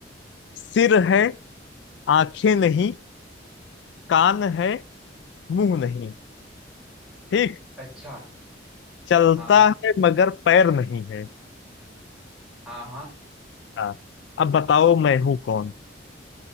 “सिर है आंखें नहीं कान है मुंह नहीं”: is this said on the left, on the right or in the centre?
Left